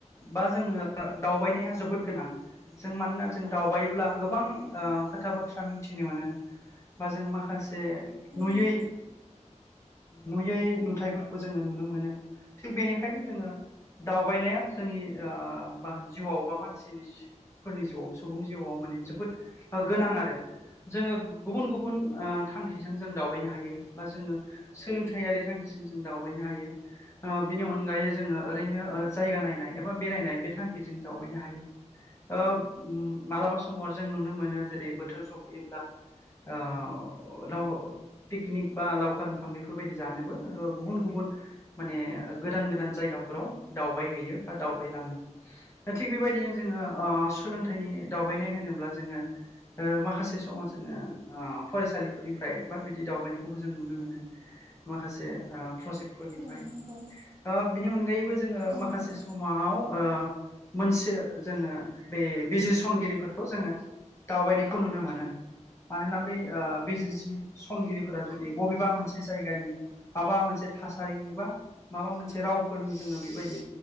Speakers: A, on the left; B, on the right.
A: बा जोंनो दावबायनाया जोबोद गोनां जों मानोना जों दावबायोब्ला गोबां खोथा बाथ्रा मिथिनो मोनो बा जों माखासे नुयै
B: उम
A: नुयै नुथायफोरखौ जोङो नुनो मोनो थिग बेनिखायनो जोङो दावबायनाया जोंनि ओ बा जिउआव बा मानसिनि जिउआव फोरनि जिउआव सुबुंनि जिउआव माने जोबोद गोनां आरो जोङो गुबुन गुबुन थांखिजों जों दावबायनो हायो बा जोङो सोलोंथाइयारि थांखिजों जों दावबायनो हायो ओ बिनि अनगायै जोङो ओरैनो ओ जायगा नायनाय एबा बेरायनाय बे थांखिजों जावबायनो हायो ओ ओम मालाबा समाव जों नुनो मोनो जेरै बोथोर सफैयोब्ला ओ लाव पिकनिक बा लावखार ओंख खाम बेफोरबायदि जानोबो गुबुन गुबुन माने गोदान गोदान जायगाफोराव दावबायहैयो बा दावबायलाङो थिग बेबायदिनो जोङो ओ सोलोंथाइनि दावबायनाय होनोब्ला जोङो ओ माखासे समाव जोङो फरायसालिफोरनिफ्राय बा बिदि दावबायनायखौबो जों नुनो मोनो माखासे ओ प्रजेक्टफोरनिफ्राय
B: औ नंगौ
A: ओ बिनि अनगायैबो जोङो
B: औ
A: माखासे
B: नंगौ
A: सम आव ओ मोनसे जोङो बे बिजिर संगिरिफोरखौ जोङो दावबायनायखौ नुनो मोनो मानोना बे बिजिर जि संगिरिफोरा जुदि बबेबा मोनसे से जायगानि माबा मोनसे थासारिनि बा माबा मोनसे रावफोरनि जोङो बेबायदि